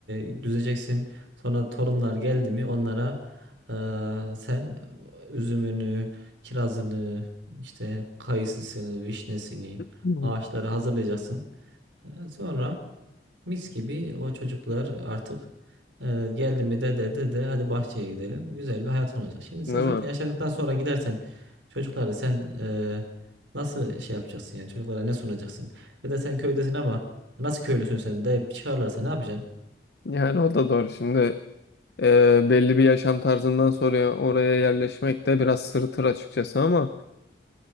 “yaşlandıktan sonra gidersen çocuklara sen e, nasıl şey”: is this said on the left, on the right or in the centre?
Right